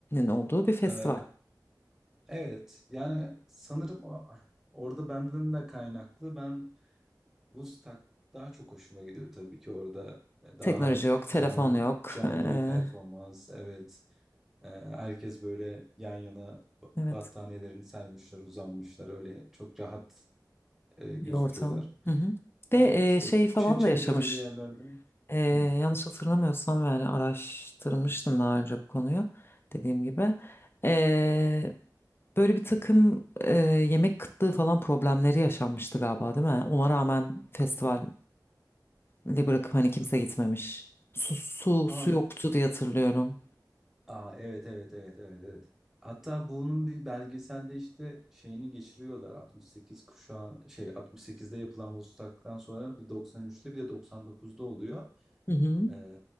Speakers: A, on the left; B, in the centre.
A: olduğu bir festival.
B: Ee, evet yani sanırım o- orada benden de kaynaklı ben Woodstock daha çok hoşuma gidiyor tabii ki orada daha
A: Teknoloji yok, telefon
B: canlı
A: yok.
B: canlı
A: E,
B: bir performans evet Ee, herkes böyle yan yana ba-
A: evet.
B: battaniyelerini sermişler uzanmışlar öyle çok rahat e, gözüküyorlar.
A: bir ortam. Hı hı. Ve
B: Evet,
A: e,
B: o
A: şey falan
B: Çeçelo
A: da yaşamış.
B: gibi yerlerde.
A: E,
B: Hmm.
A: yanlış hatırlamıyorsam yani araştırmıştım daha önce bu konuyu dediğim gibi. E, böyle bir takım e, yemek kıtlığı falan problemleri yaşanmıştı galiba değil mi? Ona rağmen festivali bırakıp hani kimse gitmemiş. Su, su, su
B: Aa,
A: yoktu diye hatırlıyorum.
B: aa, evet, evet, evet, evet, evet. Hatta bunun bir belgeselde işte şeyini geçiriyorlar. 68 kuşağı, şey 68'de yapılan Vostok'tan sonra bir 93'te bir de 99'da oluyor.
A: Hı hı.
B: Ee,